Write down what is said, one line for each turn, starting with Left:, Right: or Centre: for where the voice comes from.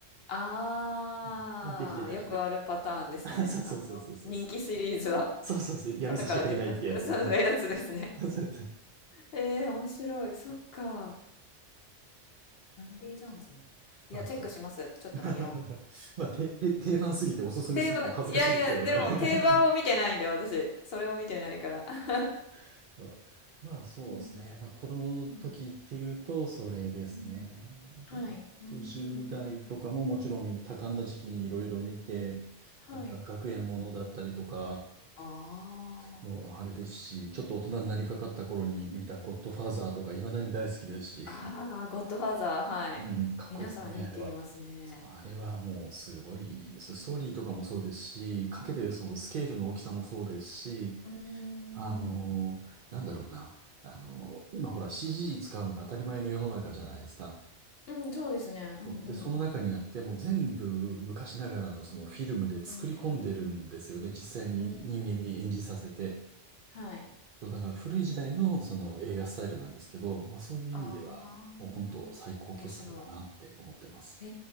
Left: ああ、
Right: うんができてた気が
Left: よくあるパターンですね。
Right: <laughs> そうそうそうそうそうそう。
Left: あの、人気シリーズは。
Right: そうそうそう。やめさせてくれないってやつ。
Left: 後からね、出す、<laughs> そうそういうやつですね。
Right: うん。<laughs> そうそう
Left: えー、面白い。そっか。アンディ・ジョーンズね。いや、
Right: まあ、
Left: チェックします。
Right: そう。
Left: ちょっと見よう。
Right: <laughs> まあ、て、て定番すぎておすすめするのも恥ずかしいですけどね。
Left: 定番、いやいや、でも定番を見てないんだよ、私。それを見てないから。<laughs>
Right: <laughs> うんまあ、そうですね。
Left: うん、
Right: まあ、子供の時っていうと、
Left: うん、
Right: それですね。
Left: うん。はい。
Right: で、まあ、あと10代とかももちろんいろ、
Left: うん、うん、うん。
Right: 多感な時期にいろいろ見て、
Left: はい。
Right: なんか学園ものだったりとか、
Left: ああ。
Right: もうあれですし、ちょっと大人になりかかった頃に見たゴッドファーザーとか、
Left: はい。
Right: 未だに大好きですし。
Left: ああ、ゴッドファーザー、はい。
Right: うんうん、かっこいいですね、
Left: 皆さんいいって言いますね。
Right: あれは。そう、あれはもうすごいです。ストーリーとかもそうですし、かけてるそのスケールの大きさもそうですし、
Left: うんうんうん。
Right: あのーなんだろうな、
Left: うーん。
Right: あのー今ほら CG 使うのが当たり前の世の中じゃないですか。
Left: うん、そうですね。うんうんうん。
Right: そうで、その中にあって、もう全部昔ながらのそのフィルムで作り込んでるんですよね。
Left: うんうん
Right: 実際に人間に演じさせて。
Left: うん。はい。
Right: そう、だから古い時代のその映画スタイルなんですけど、まあそういう意味では、
Left: ああ、
Right: もう本当最高傑作だなって思ってます。
Left: 面白い。え